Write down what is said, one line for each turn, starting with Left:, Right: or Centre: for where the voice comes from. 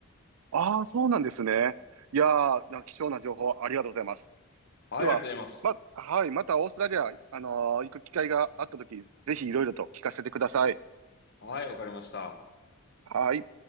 Right: ああ、そうなんですね。いやー、なんか貴重な情報ありがとうございます。
Left: はい、
Right: では、
Left: ありがとうございます。
Right: ま、はい、またオーストラリア、あのー行く機会があったとき、ぜひいろいろと聞かせてください。
Left: はい、わかりました。
Right: はい。